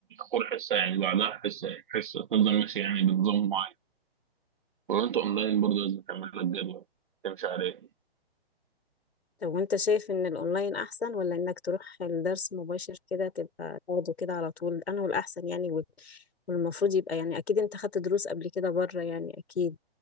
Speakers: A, on the right (about 55°); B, on the left (about 85°).
A: كل حصه يعني بعدها حصه حصه تفضل ماشي يعني بنظام معين ولو انت اونلاين برضو لازم تعمل لك جدول تمشي عليه
B: طب وانت شايف ان الاونلاين احسن ولا انك تروح الدرس مباشر كده تبقى تاخده كده على طول انه الاحسن يعني وال- والمفروض يبقى يعني اكيد انت خدت دروس قبل كده بره يعني اكيد